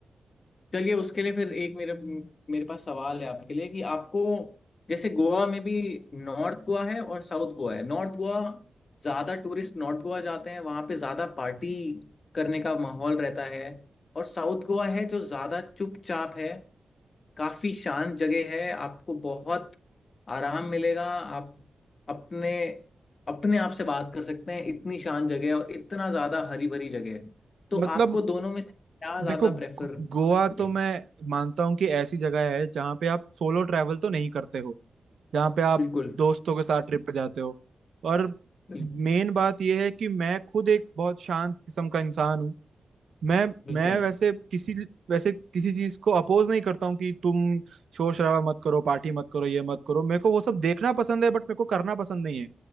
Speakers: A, on the left; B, on the right.
A: चलिए उसके लिए फिर एक मेरे मेरे पास सवाल है आपके लिए कि आपको जैसे गोवा में भी नॉर्थ गोवा है और साउथ गोवा है नॉर्थ गोवा ज्यादा टूरिस्ट नॉर्थ गोवा जाते हैं वहां पे ज्यादा पार्टी करने का माहौल रहता है और साउथ गोवा है जो ज्यादा चुपचाप है काफी शांत जगह है आपको बहुत आराम मिलेगा आप अपने अपने आप से बात कर सकते हैं इतनी शांत जगह है और इतना ज्यादा हरी भरी जगह है तो
B: मतलब
A: आपको दोनों में से क्या ज्यादा
B: देखो गो-
A: प्रेफर करोगे
B: गोवा तो मैं मानता हूँ कि ऐसी जगह है जहाँ पे आप सोलो ट्रैवल तो नहीं करते हो जहाँ पे आप
A: बिल्कुल
B: दोस्तों के साथ ट्रिप पे जाते हो और
A: बिल,
B: मेन बात यह है कि मैं खुद एक बहुत शांत किस्म का इंसान हूँ मैं
A: बिल्कुल
B: मैं वैसे किसी वैसे किसी चीज को अपोज नहीं करता हूँ कि तुम शोर शराबा मत करो पार्टी मत करो ये मत करो मेरे को वो सब देखना पसंद है बट मेरे को करना पसंद नहीं है